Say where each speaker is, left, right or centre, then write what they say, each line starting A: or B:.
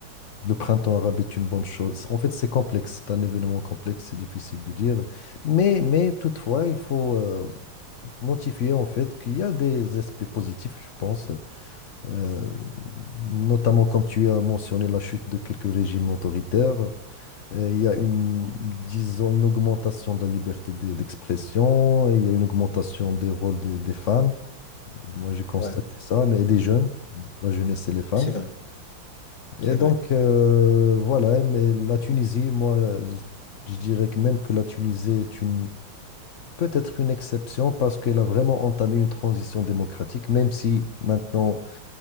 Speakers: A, on the left; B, on the left.
A: le printemps arabe est une bonne chose. En fait, c'est complexe, c'est un événement complexe, c'est difficile de dire. Mais, mais toutefois, il faut euh, notifier en fait qu'il y a des aspects positifs, je pense, Euh, notamment comme tu as mentionné la chute de quelques régimes autoritaires. Euh, il y a une, disons, une augmentation de la liberté de- d'expression, et il y a une augmentation des rôles des des femmes. Moi, j'ai constaté
B: ouais,
A: ça, mais des jeunes, la jeunesse, c'est les femmes.
B: c'est vrai,
A: Et
B: c'est
A: donc,
B: vrai.
A: euh, voilà, mais la Tunisie, moi, je, je dirais que même que la Tunisie est une, peut-être une exception parce qu'elle a vraiment entamé une transition démocratique, même si maintenant,